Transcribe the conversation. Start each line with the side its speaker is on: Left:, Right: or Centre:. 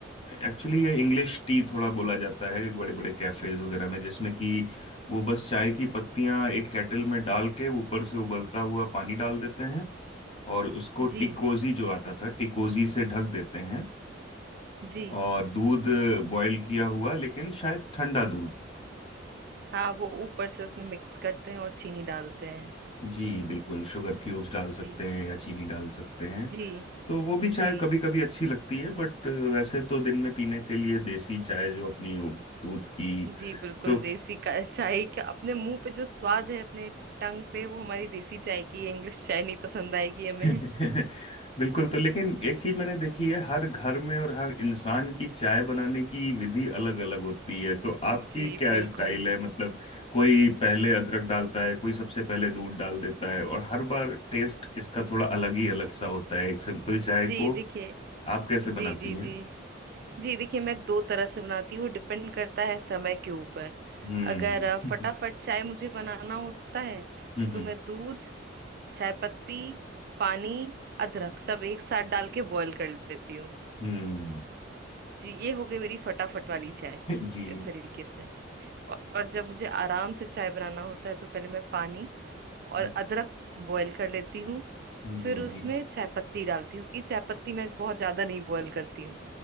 Left: एक्चुअली ये इंग्लिश टी थोड़ा बोला जाता है बड़े बड़े कैफेज वगैरह में जिसमें कि वो बस चाय की पत्तियां एक केटल में डाल के ऊपर से उबलता हुआ पानी डाल देते हैं और उसको
Right: जी
Left: टिकोजी जो आता था टिकोजी से ढक देते हैं
Right: जी
Left: और दूध बॉईल किया हुआ लेकिन शायद ठंडा दूध
Right: हाँ वो ऊपर से उसमें मिक्स करते हैं और चीनी डालते हैं
Left: जी बिल्कुल शुगर क्यूब्स डाल सकते
Right: जी
Left: हैं या चीनी डाल सकते हैं
Right: जी
Left: तो वो भी चाय
Right: जी
Left: कभी कभी अच्छी लगती है बट वैसे तो दिन में पीने के लिए देसी चाय जो अपनी वो दूध की
Right: जी बिल्कुल
Left: तो
Right: देसी का चाय का अपने मुंह पे जो स्वाद है अपने टंग पे वो हमारी देसी चाय की है इंग्लिश चाय नहीं पसंद आएगी हमें
Left: <laughs> बिल्कुल तो लेकिन एक चीज मैंने देखी है हर घर में और हर इंसान की चाय बनाने की विधि अलग अलग होती है तो आपकी
Right: जी
Left: क्या
Right: बिल्कुल
Left: स्टाइल है मतलब कोई पहले अदरक डालता है कोई सबसे पहले दूध डाल देता है और हर बार टेस्ट इसका थोड़ा अलग ही अलग सा होता है एक सिंपल चाय
Right: जी
Left: को
Right: देखिए
Left: आप कैसे
Right: जी
Left: बनाती
Right: जी
Left: हैं
Right: जी जी देखिए मैं दो तरह से बनाती हूँ डिपेंड करता है समय के ऊपर
Left: हम्म
Right: अगर अ,
Left: <laughs>
Right: फटाफट चाय मुझे बनाना होता है
Left: हम्म
Right: तो मैं दूध चाय पत्ती पानी अदरक सब एक साथ डाल के बॉईल कर लेती हूँ
Left: हम्म
Right: जी ये हो गई मेरी फटाफट वाली चाय
Left: <laughs> जी
Right: इस तरीके से और, और जब मुझे आराम से चाय बनाना होता है तो पहले मैं पानी और
Left: जी
Right: अदरक बॉईल कर लेती हूँ
Left: जी
Right: फिर उसमें
Left: जी
Right: चाय पत्ती डालती हूँ कि चाय पत्ती मैं बहुत ज्यादा नहीं बॉईल करती हूँ